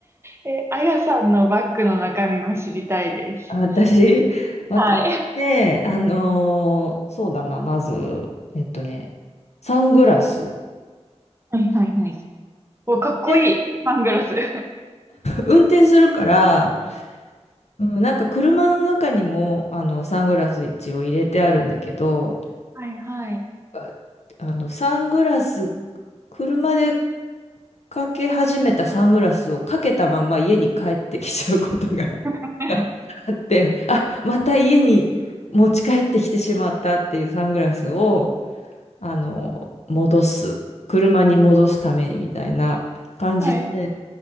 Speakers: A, on the right (about 20°); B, on the left (about 70°).
A: やえ、あやさんのバッグの中身も知りたいです。
B: あ、私、<laughs> 私ね、
A: はい。
B: あのーそうだな、まず、えっとね、サングラス。
A: はいはいはい。お、かっこいい。
B: で、
A: サングラス。<laughs>
B: 運転するから、うん、なんか車の中にもあのサングラス一応入れてあるんだけど、
A: はいはい。
B: ああのサングラス、車でかけ始めたサングラスをかけたまま家に帰ってきちゃうことが <laughs>
A: <laughs>
B: あって、あ、また家に持ち帰ってきてしまったっていうサングラスを、あの、戻す、車に戻すためにみたいな感じで、
A: はい。